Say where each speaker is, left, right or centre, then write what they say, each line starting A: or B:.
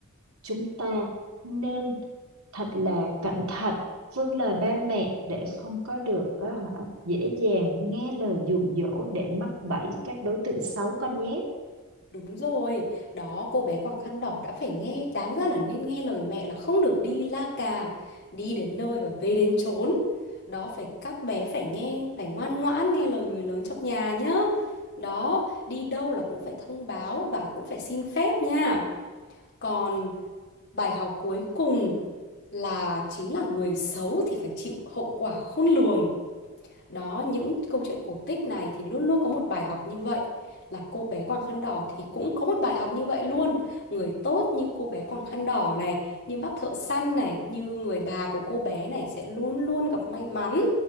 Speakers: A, on the right; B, on the left.
A: chúng ta nên thật là cẩn thận vâng lời ba mẹ để không có được có hả dễ dàng nghe lời dụ dỗ để mắc bẫy các đối tượng xấu con nhé
B: Đúng rồi, đó cô bé quàng khăn đỏ đã phải nghe, đáng ra là nên nghe lời mẹ là không được đi la cà, đi đến nơi và về đến chốn. Đó phải các bé phải nghe, phải ngoan ngoãn nghe lời người lớn trong nhà nhá. Đó, đi đâu là cũng phải thông báo và cũng phải xin phép nha. Còn bài học cuối cùng là chính là người xấu thì phải chịu hậu quả khôn lường. Đó, những câu chuyện cổ tích này thì luôn luôn có một bài học như vậy. Là cô bé quàng khăn đỏ thì cũng có một bài học như vậy luôn. Người tốt như cô bé quàng khăn đỏ này, như bác thợ săn này, như người bà của cô bé này sẽ luôn luôn gặp may mắn.